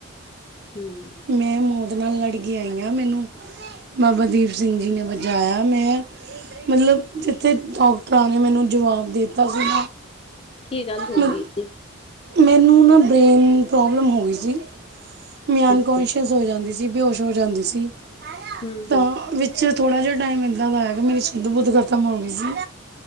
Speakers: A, on the left; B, on the right.
A: ਹਮ।
B: ਮੈਂ ਮੌਤ ਨਾਲ ਲੜਕੇ ਆਈ ਹਾਂ ਮੈਨੂੰ ਬਾਬਾ ਦੀਪ ਸਿੰਘ ਜੀ ਨੇ ਬਚਾਇਆ ਮੈਂ ਮਤਲਬ, ਜਿੱਥੇ ਡਾਕਟਰਾਂ ਨੇ ਮੈਨੂੰ ਜਵਾਬ ਦਿੱਤਾ ਸੀ।
A: ਕੀ ਗੱਲ ਹੋ
B: ਮ
A: ਗਈ ਸੀ?
B: ਮੈਨੂੰ ਨਾ ਬਰੇੇਨ ਪ੍ਰੋਬਲਮ ਹੋ ਗਈ ਸੀ। ਮੈਂ ਅਨਕੋਂਨਸ਼ੀਅਸ
A: ਅੱਛਾ
B: ਹੋ ਜਾਂਦੀ ਸੀ, ਬੇਹੋਸ਼ ਹੋ ਜਾਂਦੀ ਸੀ
A: ਹੂੰ
B: ਤਾਂ
A: ਹੂੰ
B: ਵਿੱਚ ਚ ਥੋੜ੍ਹਾ ਜਿਹਾ ਟਾਈਮ ਇੱਦਾਂ ਦਾ ਆਇਆ ਮੇਰੀ ਸ਼ੁੱਧ ਬੁੱਧ ਖ਼ਤਮ ਹੋ ਗਈ ਸੀ।